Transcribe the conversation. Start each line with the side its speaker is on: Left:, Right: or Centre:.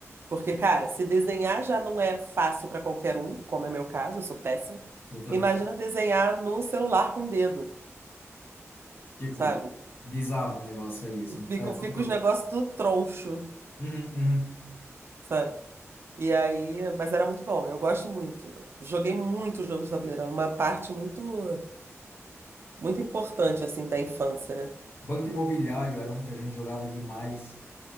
Right: Porque, cara, se desenhar já não é fácil pra qualquer um, como é meu caso, eu sou péssima.
Left: eu também
Right: Imagina
Left: sou.
Right: desenhar no celular com o dedo,
Left: Tipo,
Right: sabe?
Left: bizarro o negócio aí, assim,
Right: Fica,
Left: sabe?
Right: fica
Left: Todo, todo.
Right: os negócios tudo troncho,
Left: Uhum, uhum.
Right: sabe? E aí, mas era muito bom, eu gosto muito. Joguei muito jogos de tabuleiro, era uma parte muito, muito importante, assim, da infância, né?
Left: Banco imobiliário era um que a gente jogava demais.